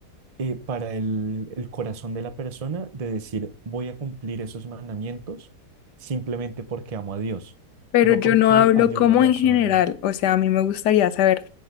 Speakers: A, on the right; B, on the left.
A: eh, para el, el corazón de la persona de decir, voy a cumplir esos mandamientos simplemente porque amo a Dios,
B: Pero
A: no
B: yo
A: porque
B: no hablo
A: haya
B: como
A: una razón.
B: en general, o sea, a mí me gustaría saber